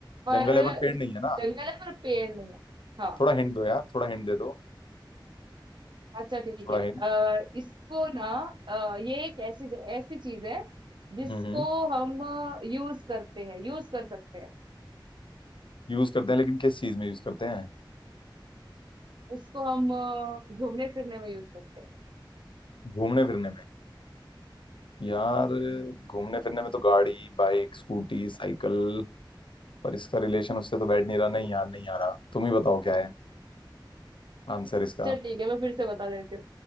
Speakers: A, on the right (about 65°); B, on the left (about 75°).
A: पर
B: जंगल है पर पेड़ नहीं है ना
A: जंगल है पर पेड़ नहीं है हाँ,
B: थोड़ा हिंट दो यार थोड़ा हिंट दे दो
A: अच्छा ठीक
B: थोड़ा
A: है
B: हिंट
A: आ, इसको ना अ, ये एक ऐसी ऐसी चीज है जिसको
B: हम्म हम्म
A: हम यूज करते हैं यूज कर सकते हैं
B: यूज करते हैं लेकिन किस चीज में यूज करते हैं
A: इसको हम अ, घूमने फिरने में यूज करते हैं
B: घूमने फिरने में यार घूमने फिरने में तो गाड़ी बाइक स्कूटी साइकिल पर इसका रिलेशन उससे तो बैठ नहीं रहा नहीं यार नहीं आ रहा तुम ही बताओ क्या है आंसर इसका
A: अच्छा ठीक है मैं फिर से बता देती हूँ